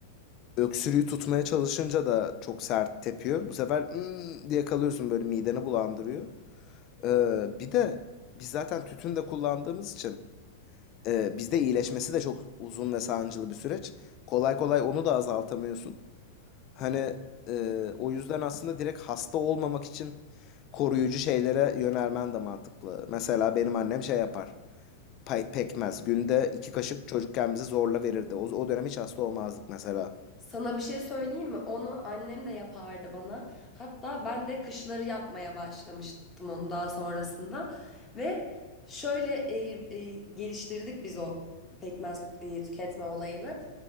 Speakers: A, on the left (about 40°); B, on the left (about 20°).
A: Öksürüğü tutmaya çalışınca da çok sert tepiyor. Bu sefer "Hmm" diye kalıyorsun böyle mideni bulandırıyor. E, bir de biz zaten tütün de kullandığımız için Ee, bizde iyileşmesi de çok uzun ve sancılı bir süreç. Kolay kolay onu da azaltamıyorsun. Hani e, o yüzden aslında direkt hasta olmamak için koruyucu şeylere yönelmen de mantıklı. Mesela benim annem şey yapar. Pay- pekmez. Günde iki kaşık çocukken bize zorla verirdi. O, o dönem hiç hasta olmazdık mesela.
B: Sana bir şey söyleyeyim mi? Onu annem de yapardı bana. Hatta ben de kışları yapmaya başlamıştım onu daha sonrasında. Ve şöyle e, e, geliştirdik biz o pekmez e, tüketme olayını.